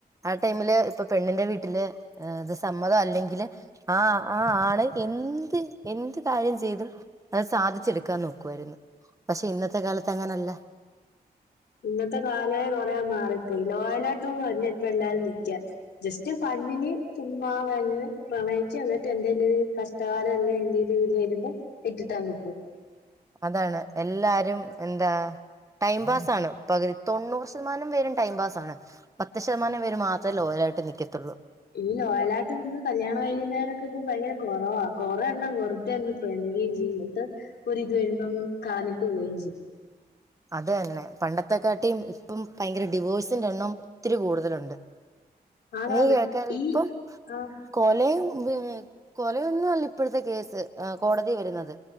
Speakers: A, on the right; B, on the left.
A: ആ ടൈമില് ഇപ്പ പെണ്ണിന്റെ വീട്ടില് ഏഹ് ഇത് സമ്മത അല്ലെ ങ്കില് ആ ആ ആണ് എന്ത് എന്ത് കാര്യം ചെയ്തും, അത് സാധിച്ചെടുക്കാൻ നോക്കുവായിരുന്നു, പക്ഷെ ഇന്നത്തെ കാലത്ത് അങ്ങനല്ല.
B: ഇന്നത്തെ കാലേ കൊറേ മാറിപ്പോയി ലോയലായിട്ടൊന്നും അല്ല ഇപ്പ എല്ലാരും നിക്ക. ജസ്റ്റ് ഫണ്ണിന് ചുമ്മാ വന്ന് പ്രണയിച്ച് എന്നിട്ട് എന്തെലും പ്രശ് <unintelligible> ഇത് വരുമ്പോ ഇട്ടിട്ടങ്ങ് പോവും.
A: അതാണ് എല്ലാരും എന്താ ടൈം പാസ് ആണ് പകുതി തൊണ്ണൂറ് ശതമാനം പേരും ടൈം പാസ് ആണ് പത്ത് ശതമാനം പേര് മാത്രേ ലോയലായിട്ട് നിൽക്കത്തുള്ളൂ
B: ഈ ലോയലായിട്ട് നിന്ന് കല്യാണം കഴിക്കുന്നവരൊക്കെ ഇപ്പം ഭയങ്കര കൊറവാ കൊറെ എണ്ണം വെറുതെ അങ്ങ് പിണങ്ങിയും ചെയ്യും എന്നിട്ട് ഒരിത് വരുമ്പോ അങ്ങ് കളഞ്ഞിട്ട് പോകയും ചെയ്യും
A: അത് തന്നെ പണ്ടത്തെക്കാട്ടീ ഇപ്പം ഭയങ്കര ഡിവോഴ്സിന്റെ എണ്ണം ഒത്തിരി കൂടുതലുണ്ട്
B: ആണാണ്
A: നീ കേൾക്കാൻ ഇപ്പം
B: ഈ ആഹ്
A: കൊലയും പിന്നെ കൊലയൊന്നും അല്ല ഇപ്പോഴത്തെ കേസ് ആ കോടതി വരുന്നത്